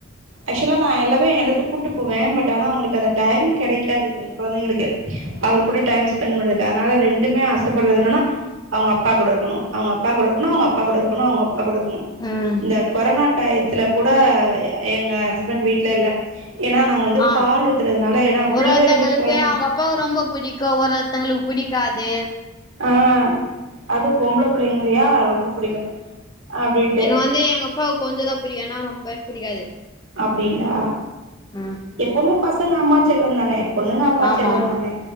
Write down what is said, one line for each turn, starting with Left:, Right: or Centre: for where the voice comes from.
Right: ஆக்சுவலா நா எல்லாமே எல்லா எடத்துக்கு கூட்டிட்டு போவே பட் ஆனா அவுங்களுக்கு அந்த டைம் கெடைக்காது குழந்தைங்களுக்கு அவர் கூட டைம் ஸ்பெண்ட் பண்றது அதனால ரெண்டுமே ஆசைப்படுறது என்னனா அவுங்க அப்பா கூட இருக்கணு அவுங்க அப்பா கூட இருக்கணு அவுங்க அப்பா கூட இருக்கணு அவங்க அப்பா கூட இருக்கணு
Left: ம்
Right: இந்த கொரோனா டைத்துல கூட எங்க ஹஸ்பண்ட் வீட்ல இல்ல ஏனா நா வந்து
Left: ஆ
Right: பால் ஊத்துறதுனால ஏனா ஃபுல்லாவே
Left: ஒரு ஒருத்தங்களுக்கு
Right: வந்து கொழந்
Left: அவங்க அப்பாவ ரொம்ப புடிக்கு ஒரு ஒருத்தவங்களுக்கு பிடிக்காது
Right: ஆ அது பொம்பள பிள்ளைங்களையா ரொம்ப புடிக்கு அப்டின்ட்டு
Left: எனக்கு வந்து எங்க அப்பாவ கொஞ்சதா புடிக்கு ஏனா ரொம்பவே பிடிக்காது
Right: அப்டிங்ளா
Left: ம்
Right: எப்பவுமே பசங்க அம்மா செல்லோந்தானே பொண்ணுங்க அப்பா
Left: ஆமா
Right: செல்லோந்தானே
Left: ஆமா